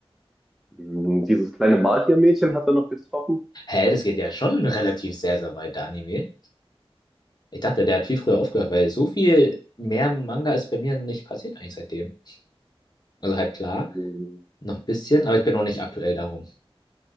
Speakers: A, in the centre; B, on the left.
A: Hm, Dieses kleine Magiermädchen hat er noch getroffen.
B: Hä, das geht ja schon relativ sehr, sehr weit, der Anime. Ich dachte, der hat viel früher aufgehört, weil so viel mehr Manga ist bei mir nicht passiert eigentlich seitdem. Also halt klar,
A: Hm,
B: noch ein bisschen, aber ich bin auch nicht aktuell darum.